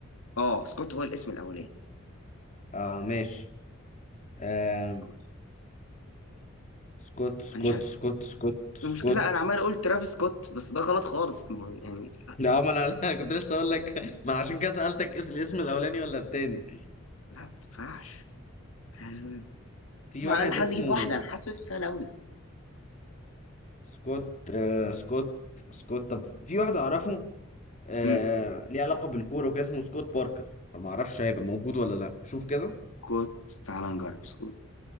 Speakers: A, on the left; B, on the left.
A: اه سكوت هو الاسم الاولاني
B: اه ماشي آه
A: سكوت
B: سكوت سكوت
A: انا مش عارف
B: سكوت سكوت سكوت
A: المشكلة انا عمال اقول ترافيس سكوت بس ده غلط خالص ما هو يعني لا
B: لا ما انا <laughs> أنا كنت لسه اقول لك ما انا عشان كده سألتك اس- الاسم الاولاني ولا التاني
A: لا ما تنفعش لازم
B: في واحد
A: على الاقل نحاول
B: اسمه
A: نجيب واحدة انا حاسس اسمه سهل قوي
B: سكوت آه سكوت سكوت طب في واحد اعرفه آه
A: مم.
B: ليه علاقة بالكورة وكده اسمه سكوت باركر فما اعرفش هيبقى موجود ولا لا شوف كده
A: سكوت تعال نجرب سكوت